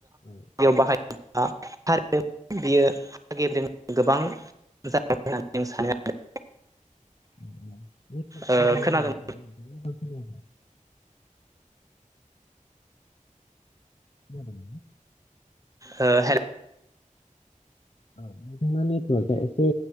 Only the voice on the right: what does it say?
बाहायोब्ला थारैनो बियो गेब्रें गोबां जायो होननानै जों सानो आरो।
ओ खोनादों
ओ हेलौ।